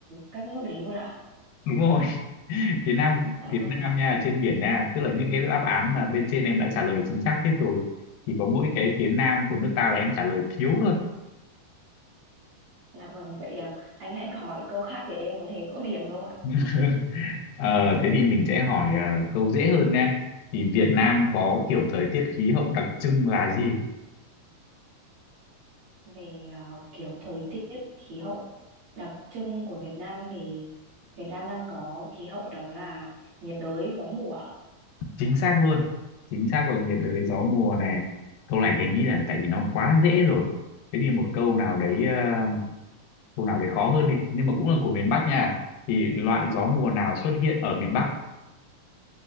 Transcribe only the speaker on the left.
đúng rồi <laughs> phía nam
phía
nam nha trên biển nha tức là những cái đáp án mà bên trên em đã trả lời chính xác hết rồi chỉ có mỗi cái phía nam của nước ta là em trả lời thiếu thôi
<laughs> Ờ, thế thì mình sẽ hỏi ờ, câu dễ hơn nha thì Việt Nam có kiểu thời tiết khí hậu đặc trưng là gì
chính xác luôn chính xác là nhiệt đới gió mùa này câu này thì anh nghĩ là tại vì nó quá dễ rồi thế thì một câu nào đấy ờ, câu nào đấy khó hơn đi nhưng mà cũng là của miền Bắc nha thì loại gió mùa nào xuất hiện ở miền Bắc